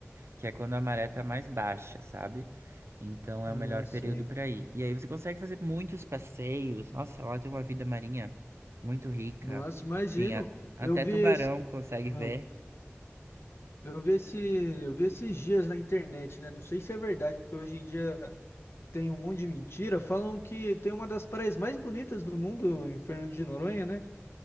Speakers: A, on the right; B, on the left.
A: que é quando a maré tá mais baixa, sabe? Então é
B: Ah,
A: o melhor
B: sei.
A: período para ir. E aí você consegue fazer muitos passeios. Nossa, lá tem uma vida marinha muito rica.
B: Nossa, imagino.
A: Enfim, a- até
B: Eu vi
A: tubarão
B: esse,
A: consegue
B: ah,
A: ver.
B: eu vi esse, eu vi esses dias na internet, né? Não sei se é verdade, porque hoje em dia tem um monte de mentira. Falam que tem uma das praias mais bonitas do mundo em Fernando de Noronha, né?